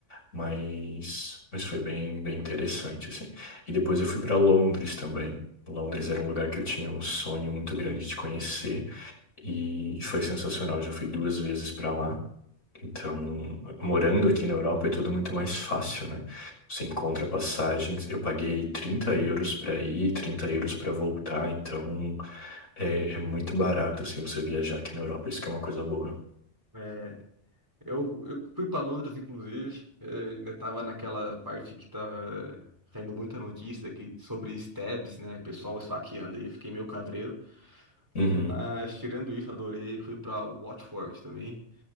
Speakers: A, on the left; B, on the right.
A: mas, mas foi bem, bem interessante, assim. E depois eu fui para Londres também. Londres era um lugar que eu tinha um sonho muito grande de conhecer e, e foi sensacional. Já fui duas vezes para lá. Então, morando aqui na Europa é tudo muito mais fácil, né? Você encontra passagens. Eu paguei 30 euros para ir, 30 euros para voltar. Então, é, é muito barato, assim, você viajar aqui na Europa. Isso que é uma coisa boa.
B: É, Eu, eu fui para Londres, inclusive, eh, ainda estava naquela parte que estava saindo muita notícia que, sobre stabs, né? Pessoal esfaqueando aí, eu fiquei meio cabreiro.
A: Uhum,
B: Mas tirando isso, adorei. Fui para Watford também,